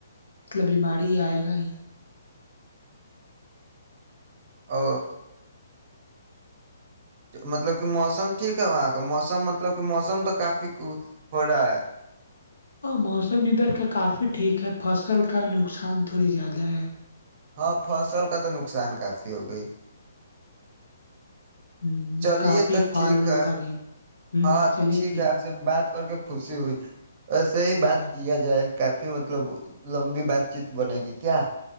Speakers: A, on the left; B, on the right.
A: مطلب بیماری آئے گا ہی
B: ہ مطلب کہ موسم ٹھیک ہے وہاں کا موسم مطلب کہ موسم تو کافی ہو رہا ہے
A: ہاں موسم ادھر کا کافی ٹھیک ہے فصل کا نقصان تھوڑی زیادہ ہے
B: ہاں فصل کا تو نقصان کافی ہو گئی
A: ہ
B: چلیے
A: کافی
B: تو
A: پھال
B: ٹھیک
A: ول
B: ہے
A: کا بھی ہوں
B: ہاں
A: چلیے ٹھیک
B: ہے آپ سے بات کر کے خوشی ہوئی ایسے
A: آپ
B: ہی
A: صحیح
B: بات کیا جائے کافی مطلب لمبی بات چیت بنے گی کیا